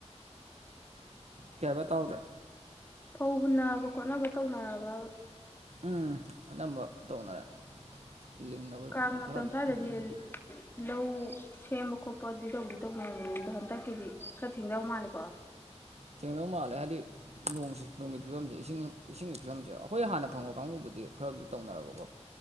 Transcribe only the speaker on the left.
ꯐꯧ ꯍꯨꯟꯅꯕ ꯈꯣꯠꯅꯕ ꯇꯧꯅꯔꯕꯕ
ꯀꯥꯡ ꯃꯇꯝ
ꯁ꯭ꯋꯥꯏꯗꯗꯤ
ꯂꯧ꯫ ꯁꯦꯝꯕ ꯈꯣꯠꯄ ꯑꯗꯨ ꯇꯧꯗꯤ ꯇꯧꯅꯅꯤ ꯑꯗꯣ ꯍꯟꯗꯛꯀꯤꯗꯤ ꯈꯔ ꯊꯦꯡꯗꯧ ꯃꯥꯜꯂꯦꯀꯣ